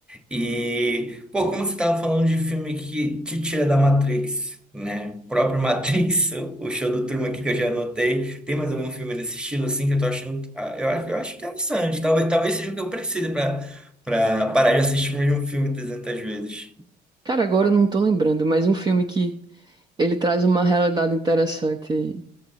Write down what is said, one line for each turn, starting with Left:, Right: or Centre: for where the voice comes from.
Centre: E, pô, como você tava falando de filme que te tira da Matrix, né? O próprio Matrix, <laughs> o show do Truman aqui que eu já anotei. Tem mais algum filme desse estilo, assim, que eu tô achando... ah, Eu acho, eu acho interessante. Talvez, talvez seja o que eu preciso pra, pra parar de assistir o mesmo filme 300 vezes.
Right: Cara, agora eu não tô lembrando, mas um filme que ele traz uma realidade interessante,